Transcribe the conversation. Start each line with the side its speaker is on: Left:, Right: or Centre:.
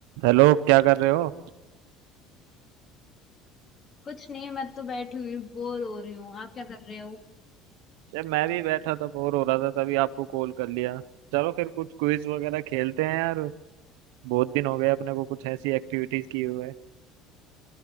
Right: हेलो क्या कर रहे हो
Left: कुछ नहीं मैं तो बैठी हुई बोर हो रही हूँ आप क्या कर रहे हो
Right: यार मैं भी बैठा था बोर हो रहा था तभी आपको कॉल कर लिया चलो फिर कुछ क्विज वगैरह खेलते हैं यार बहुत दिन हो गए अपने को कुछ ऐसी एक्टिविटीज किए हुए